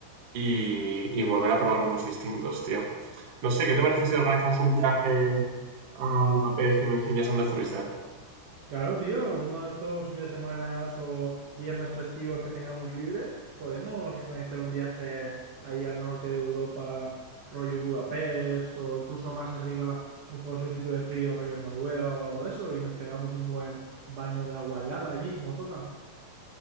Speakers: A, on the right; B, on the right.
A: y, y volver a probar unos distintos, tío. No sé, ¿qué te parece si organizamos un viaje a Budapest y me enseñas dónde fuiste?
B: Claro, tío, uno de estos fines de semana o viernes festivos que tengamos libre, podemos organizar un viaje ahí al norte de Europa, rollo Budapest, o incluso más arriba nos podemos ir a un sitio de frío, rollo Noruega o algo de eso, y nos pegamos un buen baño de agua helada allí, como toca.